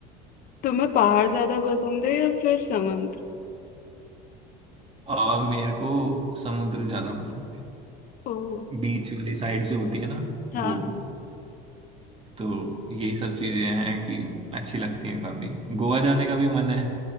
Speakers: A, on the left; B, on the right.
A: तुम्हें पहाड़ ज्यादा पसंद है या फिर समुद्र
B: आ, मेरे को समुद्र ज्यादा पसंद
A: ओ
B: है बीच वाली साइड जो होती है ना
A: हाँ
B: वो तो यही सब चीजें हैं कि अच्छी लगती हैं काफी गोवा जाने का भी मन है